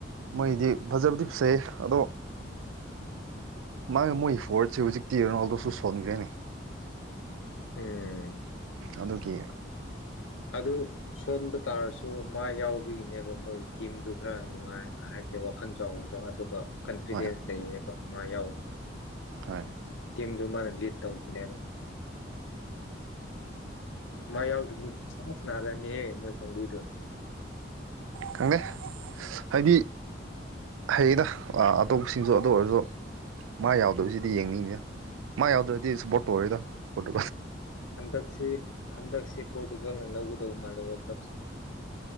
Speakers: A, on the right; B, on the left.
A: ꯃꯣꯏꯗꯤ ꯐꯖꯕꯗꯤ ꯐꯖꯩ ꯑꯗꯣ ꯃꯥꯒꯤ ꯃꯣꯏꯒꯤ ꯐꯣꯔꯠꯁꯦ ꯍꯧꯖꯤꯛꯇꯤ ꯔꯣꯅꯥꯜꯗꯣꯁꯨ ꯁꯣꯟꯈ꯭ꯔꯦꯅꯦ
B: ꯎꯝ
A: ꯑꯗꯨꯒꯤ
B: ꯑꯗꯨ ꯁꯣꯟꯕ ꯇꯥꯔꯁꯨ ꯃꯥ ꯌꯥꯎꯕꯒꯤꯅꯦꯕ ꯃꯣꯏ ꯇꯤꯝꯗꯨ ꯈꯔ ꯅꯨꯡꯉꯥꯏ ꯍꯥꯏꯕꯗꯨ ꯋꯥꯈꯜ ꯆꯥꯎꯕꯗꯣ ꯑꯗꯨꯒ ꯀꯟꯐꯤꯗꯦꯟꯁ
A: ꯍꯣꯏ
B: ꯂꯩꯌꯦꯕ ꯃꯥ ꯌꯥꯎꯕꯒꯤ
A: ꯍꯣꯏ
B: ꯇꯤꯝꯗꯨ ꯃꯥꯅ ꯂꯤꯠ ꯇꯧꯕꯅꯦꯕ ꯃꯥꯏ ꯌꯥꯎꯗꯔ꯭ꯗꯤ ꯑꯃꯨꯛ ꯁꯅꯔꯅꯤ ꯃꯣꯏ ꯀꯪꯕꯨꯗꯣ
A: ꯈꯪꯗꯦ ꯍꯥꯏꯗꯤ ꯍꯩꯌꯦꯗ ꯑꯇꯣꯞꯄꯁꯤꯡꯁꯨ ꯑꯗꯨ ꯑꯣꯏꯔꯁꯨ ꯃꯥ ꯌꯥꯎꯗꯕꯁꯤꯗꯤ ꯌꯦꯡꯅꯤꯡꯗꯦ ꯃꯥ ꯌꯥꯎꯗ꯭ꯔꯗꯤ ꯁꯄꯣꯔꯠ ꯇꯧꯔꯣꯏꯗ ꯐꯣꯇꯣ
B: ꯍꯟꯗꯛꯁꯤ ꯍꯟꯗꯛꯁꯤ ꯄꯣ ꯐꯨꯠꯒꯜꯅ ꯂꯧꯒꯗꯧꯕ ꯃꯥꯜꯂꯦ ꯋꯥꯔꯜ ꯀꯞꯁꯦ